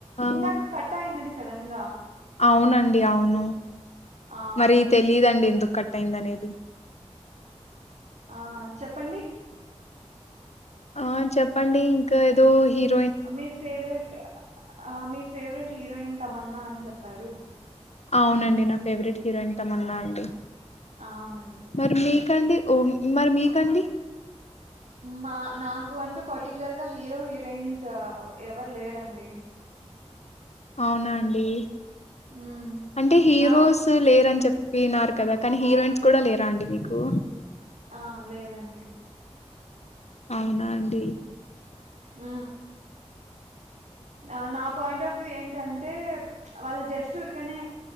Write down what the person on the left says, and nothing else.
ఆ
అవునండి అవును,
మరీ తెలీదండి ఎందుకు కట్ అయింది అనేద్.
ఆ చెప్పండి ఇంకా ఏదో హీర్
అవునండి నా ఫేవరెట్ హీరోయిన్ తమన్నా అండి
మరి మీకండి
ఓం మరి మీకండి
అవునా అండీ
అంటే హీరోసు
లేరని చె వినారు కదా కానీ హీరోయిన్స్ కూడా లేరా అండి మీకు
అవునా అండి